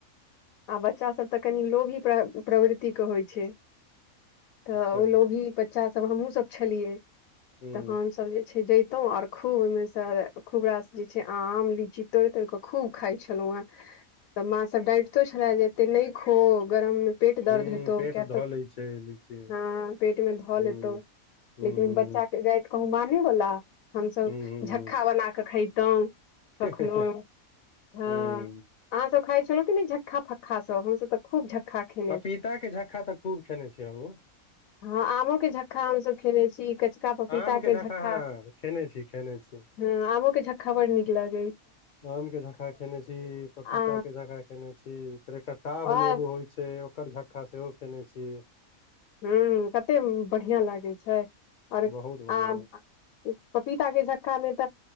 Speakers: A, on the left; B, on the left.
A: आ बच्चा सब तऽ कनि लो भी प्रवृति के होइ छैय। तऽ
B: अच्छा
A: ओ लोभी बच्चा सभ हमहुसभ छलियै।
B: ह्म
A: तऽ हमसभ जे छैय जैतुं आर खूब ओहिमे से खूब रास जे छैय आम लीची तोड़ तोड़ कऽ खूब खाइ छलहुँ हेँ। तऽ माँ सब डाटितो छलए जे एते नहि खो गरम। पेट दर्द
B: ह्म
A: हेतौ
B: पेट
A: किया
B: धऽ
A: तऽ
B: लै छै लीची
A: हँ पेट मे धऽ
B: ह्म
A: लेतौ।
B: ह्म
A: लेकिन
B: ह्म
A: बच्चा के जाइत कहू माने वला हमसभ
B: ह्म
A: झक्खा
B: ह्म
A: बना कऽ खेैतों। कखनोहु
B: ह्म
A: हँ
B: ह्म
A: अहाँसभ खाइ छलहुँ क नहि झक्का फक्काँ हमसभ तऽ खूब झक्का खे
B: पपीता के झक्खा तऽ खूब खेने छी हमुं।
A: हँ आमोके झक्खा हमसभ खेने छी कचका पपीताके
B: आम के
A: झक्खा
B: हँ खेने छी खेने छी
A: हूँ आमो के झक्का बड नीक लग
B: आम के झकका खेने छी पपीता
A: आ
B: के झकका खेने छी फेर एकटा टाभ
A: ओएह
B: नेबो छैय ओकर झक्का सेहो खेने छी।
A: ह्म्म कतेक बढ़िआँ लागै छैय और
B: बहुत बढ़िया
A: आब पपीता के झक्का मे तऽ